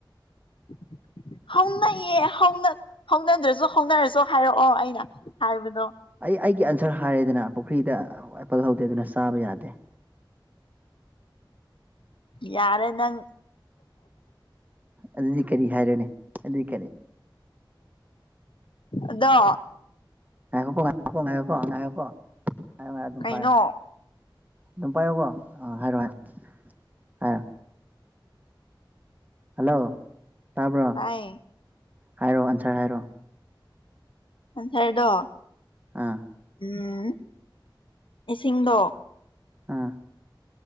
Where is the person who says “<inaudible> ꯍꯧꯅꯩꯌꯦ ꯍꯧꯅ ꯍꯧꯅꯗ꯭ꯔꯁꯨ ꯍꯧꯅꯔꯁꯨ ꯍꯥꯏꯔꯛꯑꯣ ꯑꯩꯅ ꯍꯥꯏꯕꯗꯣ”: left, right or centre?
Left